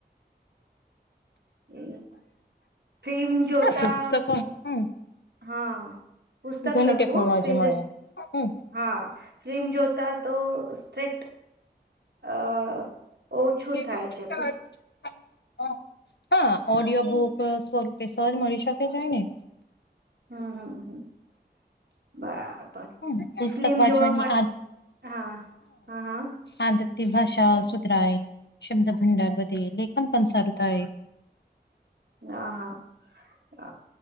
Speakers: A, on the right; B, on the left.
A: એ ફીમ જોતા
B: હા પુસ્તકો હમ
A: હા <unintelligible> પુસ્તક
B: ઘણી
A: લગું
B: ટેકનોલોજી
A: ફિર
B: મળે હમ
A: હા ફિલ્મ જોતા તો સ્ટ્રેટ <inaudible> અ ઓછું
B: <unintelligible>
A: થાય છે પુસ
B: <inaudible> હા ઓડિયો બુક સ્વરૂપે સહજ મળી શકે છે ને
A: હમ હમ હમ <inaudible> <unintelligible> બરાબર
B: હમ પુસ્તક
A: ફિલ્મ
B: વાંચવાની
A: જોવા માટે હા હા હા
B: આદતી ભાષા સુધરાાય શબ્દ ભંડાર વધે લેખન પણ સારું થાય
A: હા હા